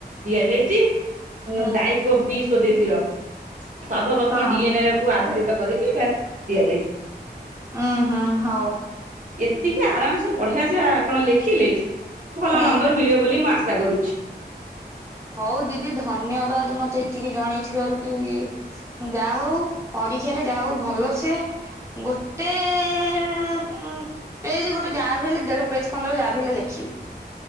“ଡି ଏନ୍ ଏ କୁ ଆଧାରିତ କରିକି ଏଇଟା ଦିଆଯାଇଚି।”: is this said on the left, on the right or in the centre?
Right